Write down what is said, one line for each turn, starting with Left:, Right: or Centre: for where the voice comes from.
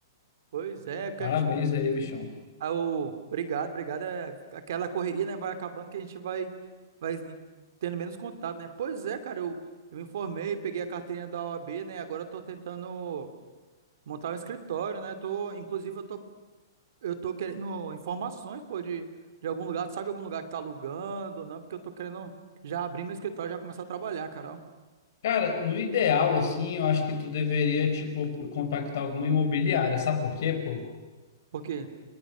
Right: Pois é, porque
Left: Parabéns
Right: a gente. <laughs>
Left: aí, bichão.
Right: Ah, o- Obrigado, obrigado. É, aquela correria, né? Vai acabando que a gente vai, vai tendo menos contato, né? Pois é, cara, eu, eu me formei, peguei a carteirinha da OAB, né? Agora eu tô tentando montar um escritório, né? Tô, inclusive, eu tô Eu tô querendo informações, pô, de, de algum lugar. Tu sabe algum lugar que tá alugando ou não? Porque eu tô querendo já abrir meu escritório e já começar a trabalhar, Carol.
Left: Cara, no ideal, assim, eu acho que tu deveria, tipo, contactar alguma imobiliária. Sabe por quê, pô?
Right: Por quê?